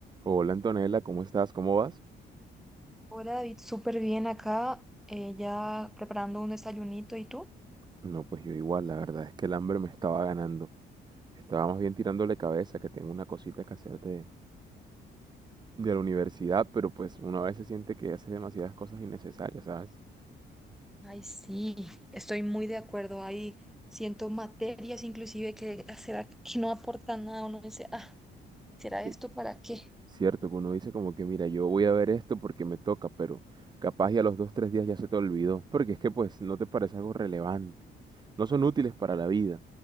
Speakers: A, on the right; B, in the centre.
A: Hola Antonella, ¿cómo estás? ¿Cómo vas?
B: Hola David, súper bien acá, eh, ya preparando un desayunito. ¿Y tú?
A: No, pues yo igual, la verdad es que el hambre me estaba ganando. Estaba más bien tirándole cabeza, que tengo una cosita que hacer de, de la universidad, pero pues uno a veces siente que hace demasiadas cosas innecesarias, ¿sabes?
B: Ay, sí, estoy muy de acuerdo. Ahí siento materias inclusive que ah, será que no aportan nada. Uno dice, ah, ¿será
A: Que-
B: esto para qué?
A: Cierto, que uno dice como que, mira, yo voy a ver esto porque me toca, pero capaz y a los dos, tres días ya se te olvidó, porque es que pues no te parece algo relevante. no son útiles para la vida.